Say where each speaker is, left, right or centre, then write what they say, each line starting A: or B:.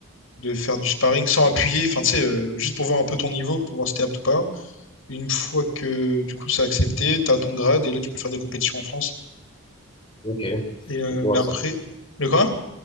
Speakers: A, on the left; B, on the left.
A: de faire du sparring sans appuyer, enfin, tu sais, euh, juste pour voir un peu ton niveau, pour voir si t'es apte ou pas. une fois que, du coup, c'est accepté, t'as ton grade, et là, tu peux faire des compétitions en France.
B: Ok, c'est
A: Et, euh,
B: bon
A: mais
B: à
A: après,
B: savoir.
A: le quoi